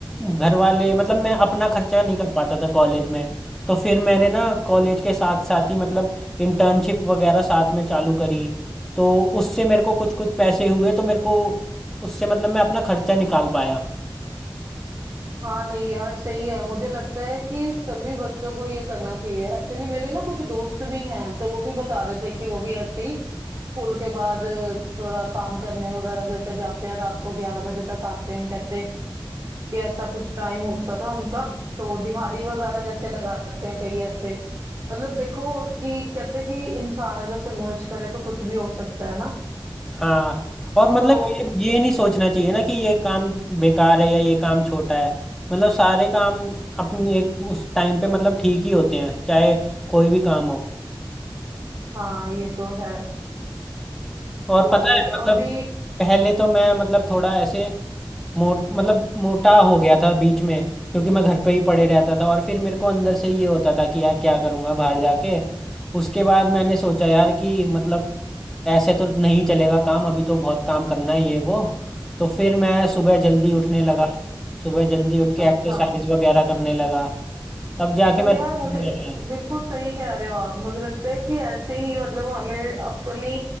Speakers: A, in the centre; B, on the right.
A: घर वाले मतलब मैं अपना खर्चा नहीं कर पाता था कॉलेज में तो फिर मैंने ना कॉलेज के साथ साथ ही मतलब इंटर्नशिप वगैरह साथ में चालू करी तो उससे मेरे को कुछ कुछ पैसे हुए तो मेरे को उससे मतलब मैं अपना खर्चा निकाल पाया
B: हाँ नहीं यार सही है मुझे लगता है कि सभी बच्चों को ये करना चाहिए एक्चुअली मेरे ना कुछ दोस्त भी हैं तो वो भी बता रहे थे कि वो भी ऐसे ही स्कूल के बाद अ, थोड़ा काम करने वगैरह जैसे जाते हैं रात को ग्यारह बजे तक आते हैं कहते हैं कि ऐसा कुछ टाइम होता था उनका तो वो दिहाड़ी वगैरह जैसे लगाते हैं कहीं ऐसे मतलब देखो कि कहते हैं कि इंसान अगर संघर्ष करे तो कुछ भी हो सकता है ना
A: हाँ और मतलब
B: तो
A: ये ये नहीं सोचना चाहिए ना कि ये काम बेकार है या ये काम छोटा है मतलब सारे काम अपने एक उस टाइम पे मतलब ठीक ही होते हैं चाहे कोई भी काम हो
B: हाँ ये तो है
A: और
B: तो
A: पता है मतलब
B: अभी
A: पहले तो मैं मतलब थोड़ा ऐसे मोट मतलब मोटा हो गया था बीच में क्योंकि मैं घर पे ही पड़े रहता था और फिर मेरे को अंदर से ये होता था कि यार क्या करूँगा बाहर जाके उसके बाद मैंने सोचा यार कि मतलब ऐसे तो नहीं चलेगा काम अभी तो बहुत काम करना है ये वो तो फिर मैं सुबह जल्दी उठने लगा
B: अ,
A: सुबह जल्दी उठ के
B: अच्छा
A: एक्सरसाइज वगैरह करने लगा तब जाके
B: अरे
A: मैं routine
B: यार मुझे
A: में आया
B: बिल्कुल सही कह रहे हो आप मुझे लगता है कि ऐसे ही मतलब हमें अपनी